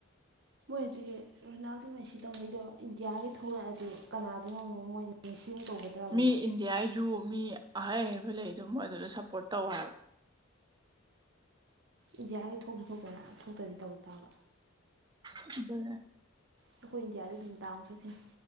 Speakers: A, on the right (about 55°); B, on the right (about 20°).
A: ꯃꯣꯏ ꯍꯧꯖꯤꯛ ꯔꯣꯅꯥꯜꯗꯣ ꯃꯦꯁꯤ ꯇꯧꯉꯩꯗꯣ ꯏꯟꯗꯤꯌꯥꯒꯤ ꯊꯣꯛꯂꯛꯑꯗꯤ ꯀꯅꯥꯗꯅꯝꯣ ꯃꯣꯏ ꯃꯦꯁꯤ ꯇꯧꯒꯗ꯭ꯔꯕ
B: ꯃꯤ
A: ꯃꯣꯏ
B: ꯏꯟꯗꯤꯌꯥꯒꯤꯁꯨ ꯃꯤ ꯑꯍꯩ ꯑꯍꯩꯕ ꯂꯩ ꯑꯗꯨ ꯃꯣꯏ ꯑꯗꯨꯗ ꯁꯞꯄꯣꯔꯠ ꯇꯧ ꯍꯥꯏꯕ
A: ꯏꯟꯗꯤꯌꯥꯒꯤ ꯊꯣꯛꯁꯨ ꯊꯣꯛꯇꯅ ꯊꯣꯛꯇ꯭ꯔꯗꯤ ꯇꯧ ꯇꯥꯕ
B: ꯑꯗꯨꯗ
A: ꯑꯩꯈꯣꯏ ꯏꯟꯗꯤꯌꯥꯗ ꯑꯗꯨꯝ ꯗꯥꯎ ꯆꯠꯈꯤꯅꯤ